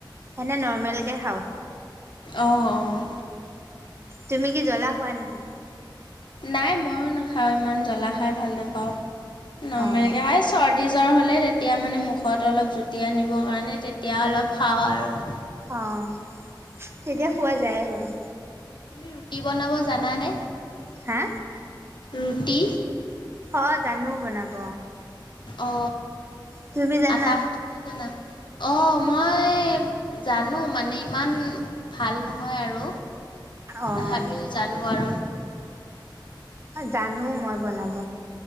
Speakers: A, on the right (about 30°); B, on the left (about 65°).
A: এনে ন। তমেলগৈ খাওঁ।
B: অঁ অঁ।
A: তুমি কি জ্বলা খোৱা নেকি?
B: নাই ময়ো নাখাওঁ ইমান জ্বলা খাই ভাল নাপাওঁ। ন
A: অ'।
B: মিনকে চ। জ্বৰ হ'লে তেতিয়া মানে মুখত অলপ জুতিক আনিবৰ কাৰণে তেতিয়া অলপ খাওঁ আৰু।
A: আহঁ। তেতিয়া খোৱা যায় বাৰু।
B: তুমি ৰুটি বনাব জানানে।
A: হা।
B: ৰুটি।
A: অ জানো বনাব।
B: অ
A: তুমি জানা?
B: আটামঠিব জানা। অঁ মই জানো মানে, ইমান ভাল নহয় আৰু।
A: অ',
B: তথাপিও জানো আৰু।
A: জানো মই বনাব।